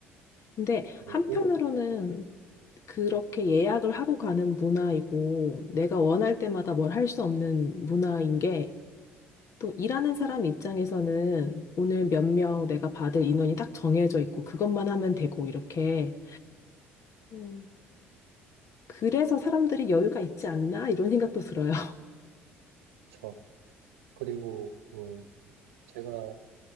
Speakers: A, on the left (about 50°); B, on the right (about 75°).
A: 근데
B: 그리고,
A: 한편으로는 그렇게
B: 음,
A: 예약을 하고 가는 문화이고, 내가 원할 때마다 뭘 할 수 없는 문화인 게, 또 일하는 사람 입장에서는 오늘 몇 명 내가 받을 인원이 딱 정해져 있고, 그것만 하면 되고, 이렇게. 음. 그래서 사람들이 여유가 있지 않나? 이런 생각도 들어요.
B: 그쵸. 그리고, 음, 제가